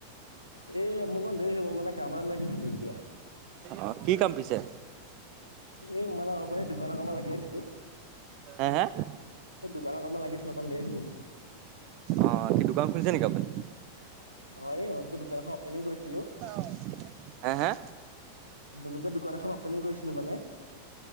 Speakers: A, on the left (about 80°); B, on the right (about 40°).
A: এই, মোৰ অকণ দেৰি হ'ব! মানে, কাম এটাত লাগি আছিলোঁ এতিয়া।
B: অ'! কি কাম পিছে?
A: এই মানে, অলপ এই, দোকানৰ কামত লাগি আছিলোঁ।
B: হা, হা?
A: এই, দোকানৰ কামত লাগি আছিলোঁ, অকণ দেৰি হ'ব মোৰ।
B: অ'! কি দোকান খুলিছে নেকি আপুনি?
A: অ'! হোলচেল দোকানখন অপেনিং কৰিছিলোঁ।
B: অ'! হা, হা?
A: <unintelligible> দোকান এখন অপেনিং কৰিছিলোঁ মানে।